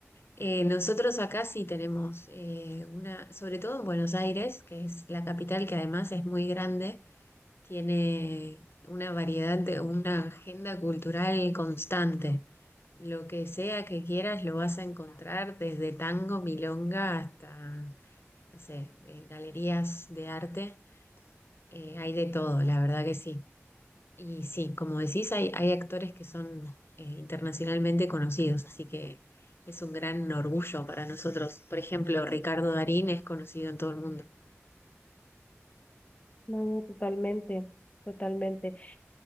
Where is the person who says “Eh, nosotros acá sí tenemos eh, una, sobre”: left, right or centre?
Left